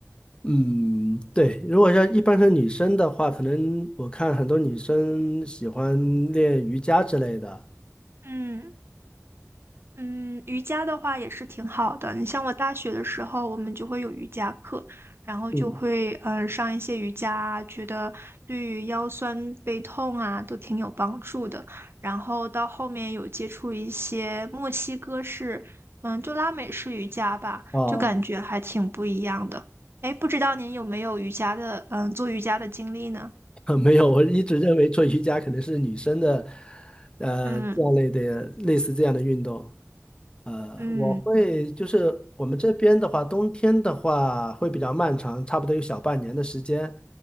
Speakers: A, on the left; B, on the right.
A: 嗯，对，如果说一般是女生的话，可能我看很多女生喜欢练瑜伽之类的。
B: 嗯。嗯，瑜伽的话也是挺好的。你像我大学的时候，我们就会有瑜伽课，然后就会呃上一些瑜伽啊觉得对于腰酸背痛啊都挺有帮助的。
A: 嗯，
B: 然后到后面有接触一些墨西哥式，嗯，就拉美式瑜伽吧，
A: 哦，
B: 就感觉还挺不一样的。哎，不知道您有没有瑜伽的，嗯，做瑜伽的经历呢？
A: <laughs> 没有，我一直认为做瑜伽可能是女生的，呃，
B: 嗯。
A: 这样类的类似这样的运动。呃，
B: 嗯
A: 我会就是我们这边的话，冬天的话会比较漫长，差不多有小半年的时间。